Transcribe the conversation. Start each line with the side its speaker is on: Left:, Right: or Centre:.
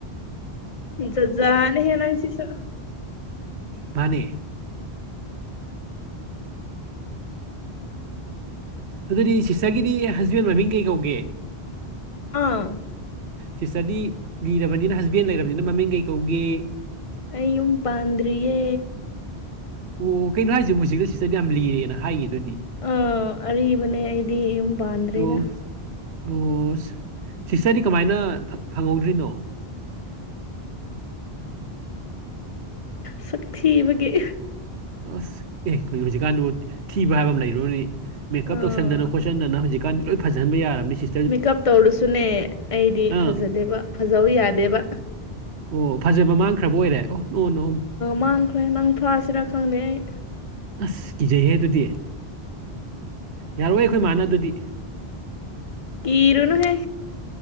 Left: ꯖꯖꯥꯠ ꯅꯦꯍꯦ ꯅꯪꯁꯤꯁꯨ
Right: ꯃꯥꯅꯤ ꯑꯗꯨꯗꯤ ꯁꯤꯁꯇꯔꯒꯤꯗꯤ ꯍꯁꯕꯦꯟ ꯃꯃꯤꯡ ꯀꯩ ꯀꯧꯒꯦ
Left: ꯑꯥ
Right: ꯁꯤꯁꯇꯔꯗꯤ ꯂꯤꯔꯕꯅꯤꯅꯕ ꯍꯁꯕꯦꯟ ꯂꯩꯔꯕꯅꯤꯅ ꯃꯃꯤꯡ ꯀꯩ ꯀꯧꯒꯦ
Left: ꯑꯩ ꯑꯌꯨꯝ ꯄꯥꯟꯗꯔꯤꯌꯦ
Right: ꯑꯣ ꯀꯩꯅꯣ ꯍꯥꯏꯁꯤꯕꯨ ꯍꯧꯖꯤꯛꯗ ꯁꯤꯁꯇꯔꯗꯤ ꯌꯥꯝ ꯂꯤꯔꯦꯅ ꯍꯥꯏꯒꯤ ꯗꯨꯗꯤ
Left: ꯑꯥ ꯑꯔꯤꯕꯅꯦ ꯑꯩꯗꯤ ꯌꯨꯝ ꯄꯥꯟꯗ꯭ꯔꯦꯗ
Right: ꯑꯣ ꯑꯣ ꯁꯤꯁꯇꯔꯗꯤ ꯀꯃꯥꯏꯅ ꯐꯪꯍꯧꯗ꯭ꯔꯤꯅꯣ
Left: ꯁꯛ ꯊꯤꯕꯒꯤ
Right: ꯑꯁ ꯑꯦ ꯀꯩꯅꫭ ꯍꯧꯖꯤꯛꯀꯥꯟꯗꯨꯕꯨ ꯊꯤꯕ ꯍꯥꯏꯕ ꯑꯃ ꯂꯩꯔꯤꯕꯅꯦ ꯃꯦꯀꯞ
Left: ꯑꯥ
Right: ꯇꯧꯁꯟꯗꯅ ꯈꯣꯠꯆꯟꯗꯅ ꯍꯧꯖꯤꯛꯀꯥꯟ ꯂꯣꯏ ꯐꯖꯟꯕ ꯌꯥꯔꯕꯅꯤ ꯁꯤ
Left: ꯃꯦꯀꯞ ꯇꯧꯔꯁꯨꯅꯦ ꯑꯩꯗꯤ
Right: ꯑꯥ
Left: ꯐꯖꯗꯦꯕ ꯐꯖꯧ ꯌꯥꯗꯦꯕ
Right: ꯑꯣ ꯐꯖꯕ ꯃꯥꯡꯈ꯭ꯔꯕ ꯑꯣꯏꯔꯦ ꯑꯣ ꯅꯣ ꯅꯣ
Left: ꯃꯥꯡꯈ꯭ꯔꯦ ꯅꯪ ꯐꯥꯁꯤꯔꯥ ꯈꯪꯗꯦ ꯑꯩ
Right: ꯑꯁ ꯀꯤꯖꯩꯍꯦ ꯑꯗꯨꯗꯤ ꯌꯥꯔꯣꯏ ꯑꯩꯈꯣꯏ ꯃꯥꯅ ꯑꯗꯨꯗꯤ
Left: ꯀꯤꯔꯨꯅꯨ ꯍꯦ